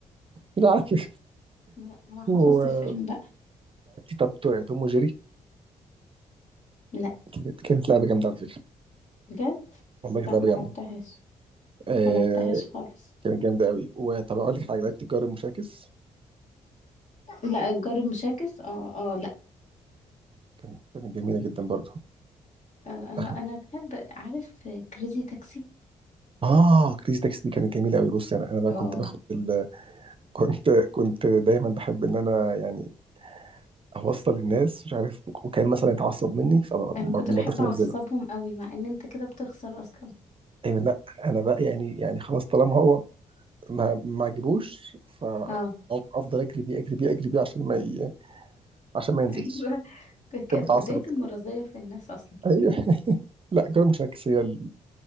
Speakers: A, on the right; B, on the left.
A: لا عارف
B: ما لا ما انا حفظت
A: ولعبت
B: الفيلم بقى
A: طب بتوع توم وجيري
B: لا
A: كانت كانت لعبة جامدة على فكرة
B: بجد
A: والله
B: لا
A: كانت لعبة
B: ما
A: جامدة
B: لعبتهاش
A: آه
B: ما لعبتهاش خالص
A: كانت جامدة قوي وطب أقول لك حاجة لعبت الجار المشاكس
B: لا الجار المشاكس اه اه لا
A: كانت كانت جميلة جدا برضه
B: آه، انا
A: <laughs>
B: انا بحب عارف كريزي تاكسي
A: اه كريزي تاكسي دي كانت جميله قوي بص انا انا بقى
B: اه
A: كنت باخد ال... <laughs> كنت كنت دايما بحب ان انا يعني اوصل الناس مش عارف وكان مثلا يتعصب مني فما
B: انا
A: ما
B: كنت
A: رضيتش
B: بحب
A: انزله
B: اعصبهم قوي مع ان انت كده بتخسر اصلا
A: ايوه لا انا بقى يعني يعني خلاص طالما هو ما ما عجبوش فافضل
B: اه
A: اجري بيه اجري بيه اجري بيه عشان ما ي... عشان ما ينزلش
B: <laughs> ايوه ك- ك-
A: كان
B: بداية
A: بتعصب اكتر
B: المرضية في الناس اصلا
A: ايوه <laughs> لا جرى مش عكس هي ال...